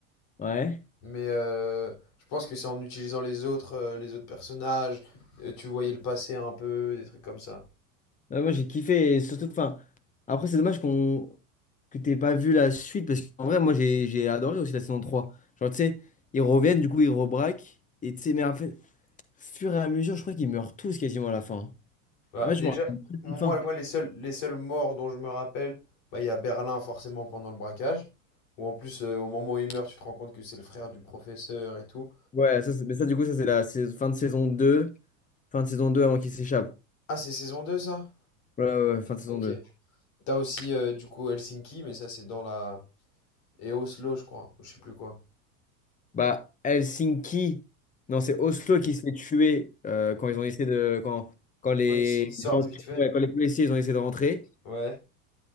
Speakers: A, on the left; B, on the left.
A: Ouais.
B: Mais euh, je pense que c'est en utilisant les autres, euh, les autres personnages. euh, tu voyais le passé un peu, des trucs comme ça.
A: Ouais, moi, j'ai kiffé. Et surtout, enfin. Après, c'est dommage qu'on que t'aies pas vu la suite. Parce qu'en vrai, moi, j'ai j'ai adoré aussi la saison 3. Genre, tu sais, ils reviennent, du coup, ils rebraquent. Et tu sais, mais en fait, fur et à mesure, je crois qu'ils meurent tous quasiment à la fin. hein.
B: Bah,
A: En fait,
B: déjà,
A: je me rappelle plus de
B: moi,
A: la fin.
B: moi les seuls, les seuls morts dont je me rappelle, bah, il y a Berlin, forcément, pendant le braquage. Ou en plus, euh, au moment où il meurt, tu te rends compte que c'est le frère du professeur et tout.
A: Ouais, ça, c'est- mais ça, du coup, ça, c'est la sais- fin de saison 2. Fin de saison 2 avant qu'ils s'échappent.
B: Ah, c'est saison 2 ça?
A: Ouais, ouais, ouais, fin de saison
B: Ok.
A: deux.
B: T'as aussi euh, du coup Helsinki, mais ça c'est dans la... Et Oslo, je crois, ou je sais plus quoi.
A: Bah, Helsinki, non, c'est Oslo qui se fait tuer euh, quand ils ont essayé de. Quand, quand les
B: Oui, ils, ils sortent
A: gens,
B: vite fait.
A: ouais, quand les policiers ils ont essayé de rentrer.
B: Ouais,